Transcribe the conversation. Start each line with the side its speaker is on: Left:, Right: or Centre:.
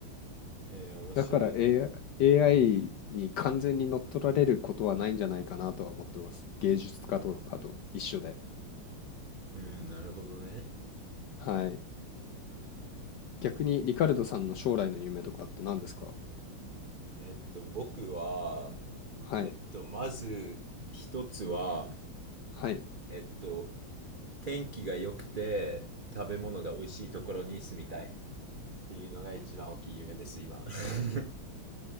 Right: へえ、面白い。
Left: だから AI, AI に完全に乗っ取られることはないんじゃないかなとは思ってます。芸術家とかと一緒で。
Right: うん、なるほどね。
Left: はい。逆にリカルドさんの将来の夢とかって何ですか
Right: えっと、僕は、
Left: はい。
Right: えっと、まず一つは、
Left: はい。
Right: えっと、天気が良くて食べ物が美味しいところに住みたいっていうのが一番大きい夢です、今。<laughs>